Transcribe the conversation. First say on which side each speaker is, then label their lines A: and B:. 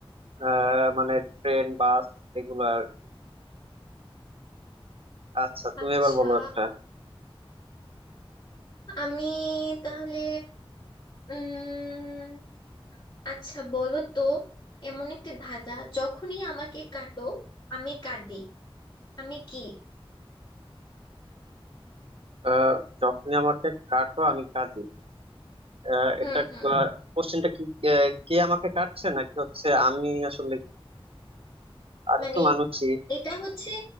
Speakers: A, on the right; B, on the left.
A: আহ মানে ট্রেন বাস এগুলা আর কি। আচ্ছা তুমি
B: আচ্ছা
A: এবার বলো একটা
B: আমি তাহলে উম আচ্ছা বলো তো এমন একটি ধাঁধা যখনই আমাকে কাটো আমি কাঁদি আমি কি
A: আহ যখনই আমাকে কাটো আমি কাঁদি আহ
B: হুম
A: এটা
B: হুম
A: কোশ্চেনটা কি আহ, কে আমাকে কাটছে নাকি হচ্ছে আমি আসলে আমি
B: মানে
A: তো মানুষই
B: এটা হচ্ছে